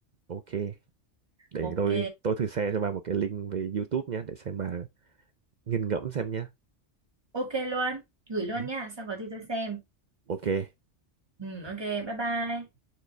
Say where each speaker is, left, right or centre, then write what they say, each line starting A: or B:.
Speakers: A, on the right; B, on the right.
A: ok để
B: ok
A: tôi tôi thử share cho bà một cái link về YouTube nhé để xem bà nghiền ngẫm xem nhé
B: ok luôn gửi luôn
A: Ừ hứ,
B: nha xong có gì tôi xem
A: ok
B: ừ, ok bye bye